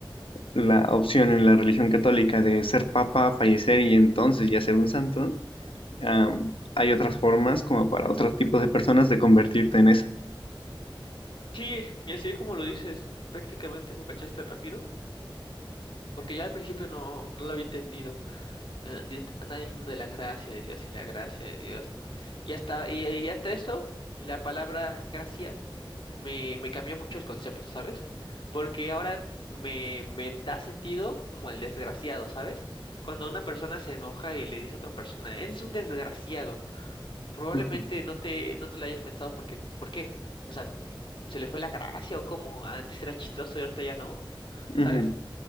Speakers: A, on the left; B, on the left.
A: la opción en la religión católica de ser papa, fallecer y entonces ya ser un santo, am, hay otras formas como para otros tipos de personas de convertirte en eso.
B: Sí, y así como lo dices, prácticamente lo cachaste rápido, porque ya al principio no, no lo había entendido. eh, di- Andan diciendo de la gracia de Dios y la gracia de Dios. Y hasta, y, y hasta eso, la palabra gracia me, me cambió mucho el concepto, ¿sabes? Porque ahora me, me da sentido como el desgraciado, ¿sabes? Cuando una persona se enoja y le dice a otra persona, eres un desgraciado, probablemente
A: Ujú,
B: no te, no te lo hayas pensado porque, ¿por qué? O sea, ¿se le fue la gracia o cómo? Antes era chistoso y ahorita ya no,
A: ujú,
B: ¿sabes?